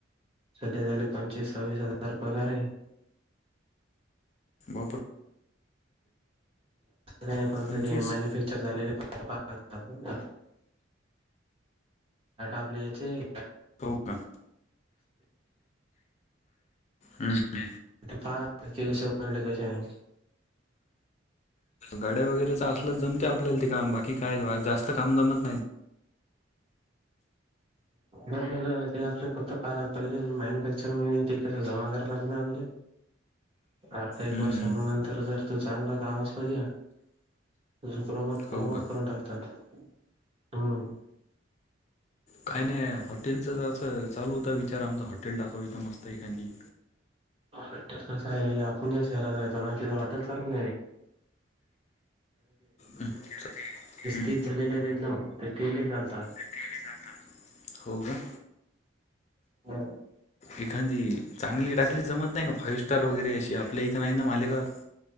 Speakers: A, on the right (about 30°); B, on the left (about 35°).
A: सध्या झाले पंचवीस सव्वीस हजार पगार आहे
B: बापर...
A: फक्त
B: पंचवीस
A: मॅनुफॅक्चर ् झालेले पाट पाहतातटा आपले याचे
B: हो का हम्
A: पा कसे बनले कसे नाही
B: गाड्या वगैरेच असलच जमते आपल्याला त का आंबा कि काय जास्त काम जमत नाही तिथं.
A: बर झालं ते आपले फत पा पहिले मॅन्युफॅक्चरिंग ते कसं जमा कराला लाग अर्ध एक
B: हम्म,
A: वर्ष
B: हम्म.
A: नंतर जर तू चांगलं काम असल द तझ प्र प्रमोट
B: हो का
A: करून टाकतात हम्म
B: काही नाही हॉटेलचं चालू होता विचार आमचा हॉे टाकावू इदा मस्त एखादी
A: हॉटेल कसं आहे आपण ज्या शहरात राहतो ना ति हॉटेल चालवढ
B: हम्म, हम्म.
A: ते झालेले आहेत एकदम ते तेल चालतात
B: केले जातात हो का
A: हा
B: एखादी चांगली टाकली जमत नाही का फाइव्ह स्टार वगैरे अशी आपल्या इथं नाही ना मालिकात